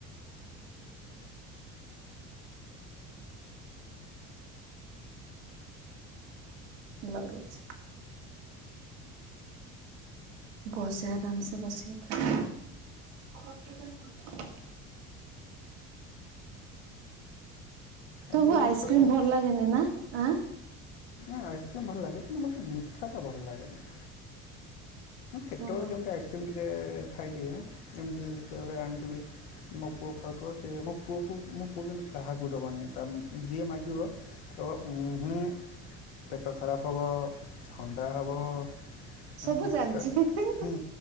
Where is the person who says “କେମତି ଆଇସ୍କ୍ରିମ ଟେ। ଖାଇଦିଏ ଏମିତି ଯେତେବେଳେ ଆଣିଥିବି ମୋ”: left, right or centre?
Left